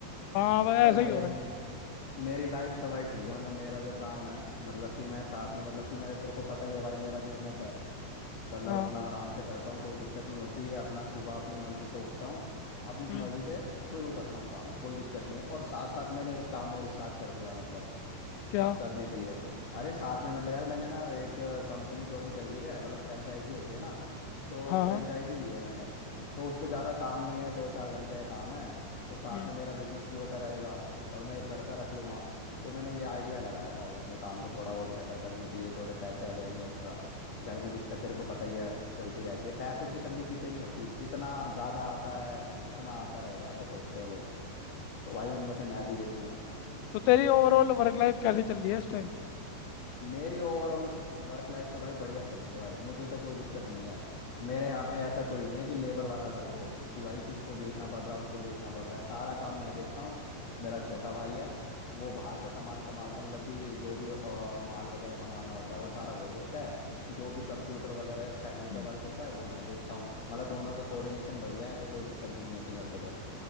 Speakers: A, on the left (about 85°); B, on the left (about 60°).
A: हाँ भाई
B: भाई
A: ऐसा
B: मेरे
A: ही हो रहा है
B: मेरी लाइफ तो भाई ठीक है मतलब मेरा जो काम है मतलब कि मैं साथ में मतलब कि मेरा तेरे को पता ही है भाई मेरा बिजनेस है मतलब
A: हाँ
B: अपना आराम से करता हूँ कोई दिक्कत नहीं होती है अपना सुबह अपनी मर्जी से उठता हूँ अपनी
A: हम्म
B: मर्जी से शुरू करता हूँ काम कोई दिक्कत नहीं है और साथ साथ मैंने एक काम और स्टार्ट कर दिया है, मतलब
A: क्या
B: करने के लिए अरे साथ में मतलब यार मैंने ना एक कंपनी ज्वाइन करी है मतलब फ्रेंचाइजी होती है ना तो
A: हाँ
B: फ्रेंचाइजी
A: हाँ
B: ली है मैंने तो उसमें ज़्यादा काम नहीं है दो चार घंटे का काम है तो साथ
A: हम्म
B: में मेरा बिजनेस भी होता रहेगा और मैं एक लड़का रख लूंगा तो मैंने ये आइडिया लगाया है भाई अपने काम को थोड़ा और बेहतर करने के लिए थोड़े पैसे आ जाएंगे एक्स्ट्रा घर में दिक्कत तेरे को पता ही है चलती रहती है पैसों की तंगी किसे नहीं होती जितना ज़्यादा आता है उतना आता रहे ऐसा सोचते हैं लोग तो भाई उनमें से मैं भी एक हूँ
A: तो तेरी ओवरऑल वर्क लाइफ कैसे चल रही है इस टाइम
B: मेरी ओवरऑल वर्क लाइफ तो भाई बढ़िया चल रही है भाई मुझे तो कोई दिक्कत नहीं है मेरे यहाँ पे ऐसा कोई नहीं है कि लेबर वाला वर्क हो कि भाई किसको देखना पड़ रहा है उसको देखना पड़ रहा है सारा काम मैं देखता हूँ मेरा छोटा भाई है वो बाहर का सामान संभालता है मतलब कि जो भी अ, माल वगैरह मंगाना होता है वो सारा वो देखता है जो भी कंप्यूटर वगैरह पैनल का
A: हम्म
B: वर्क होता है वो मैं देखता हूँ मतलब दोनों का कोऑर्डिनेशन बढ़िया है तो कोई दिक्कत भी नहीं होती मेरे को तो